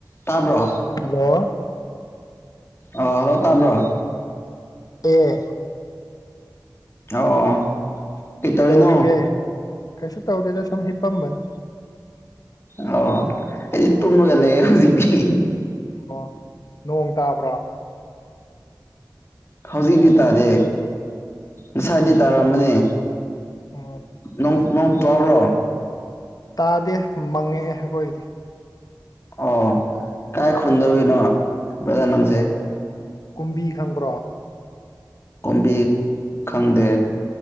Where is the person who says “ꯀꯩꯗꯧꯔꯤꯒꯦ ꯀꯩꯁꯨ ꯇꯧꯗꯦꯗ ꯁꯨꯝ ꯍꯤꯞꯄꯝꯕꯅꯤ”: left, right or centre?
Left